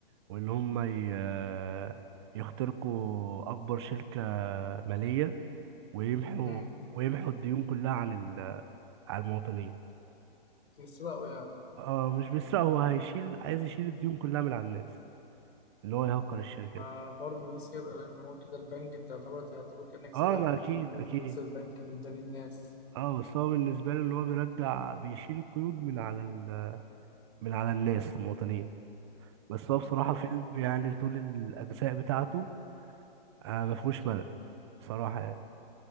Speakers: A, on the right (about 25°); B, on the left (about 80°).
A: وإن هم ي- آه، يخترقوا أكبر شركة مالية ويمحوا
B: امم
A: ويمحوا الديون كلها عن ال- على المواطنين
B: بيسرقوا يعني
A: اه مش بيسرق هو هيشيل عايز يشيل الديون كلها من على الناس إن هو يهكر الشركة
B: ما
A: دي
B: برضه دي سرقة لأن هو كده البنك أنت يعتبر يعتبر كأنك سرقت
A: اه ما أكيد
B: لأن دي
A: أكيد
B: فلوس البنك من دار الناس
A: اه بس هو بالنسبة له إن هو بيرجع بيشيل القيود من على ال... من على الناس المواطنين بس هو بصراحة
B: مم.
A: فيلم يعني طول الأجزاء بتاعته آه، ما فيهوش ملل بصراحة يعني